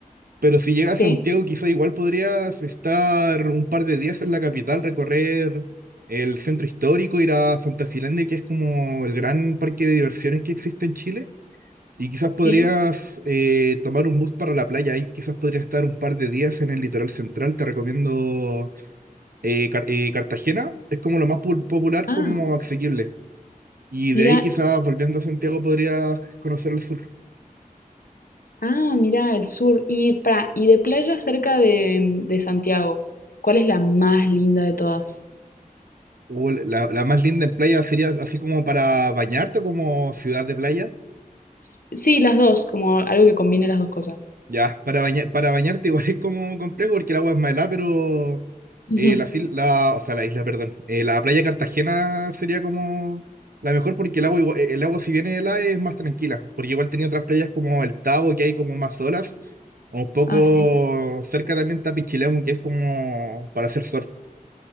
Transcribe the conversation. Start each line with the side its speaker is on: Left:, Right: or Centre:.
Right: Pero si llega
Left: Sí,
Right: a Santiago, quizá igual podrías estar un par de días en la capital, recorrer el centro histórico, ir a Fantasilandia, que es como el gran parque de diversiones que existe en Chile. Y quizás podrías
Left: sí.
Right: eh, tomar un bus para la playa. Ahí quizás podrías estar un par de días en el litoral central. Te recomiendo eh, Car- eh, Cartagena. Es como lo más pu- popular,
Left: Ah.
Right: como asequible. Y
Left: Mira,
Right: de ahí quizás volviendo a Santiago podrías conocer el sur.
Left: ah, mira, el sur. Y, para, y de playa cerca de, de Santiago, ¿cuál es la más linda de todas?
Right: Uh, la, la más linda en playa sería así como para bañarte, como ciudad de playa.
Left: S- Sí, las dos, como algo que combine las dos cosas.
Right: Ya, para bañar, para bañarte igual <laughs> es como complejo porque el agua es más helada, pero
Left: Ujú.
Right: eh, las il- la, o sea, la isla, perdón. Eh, la playa de Cartagena sería como la mejor porque el agua, igua- eh, el agua si viene helada es más tranquila, porque igual tenía otras playas como el Tabo que hay como más olas, o un poco
Left: Ah, sí.
Right: cerca también está Pichilemu que es como para hacer surf.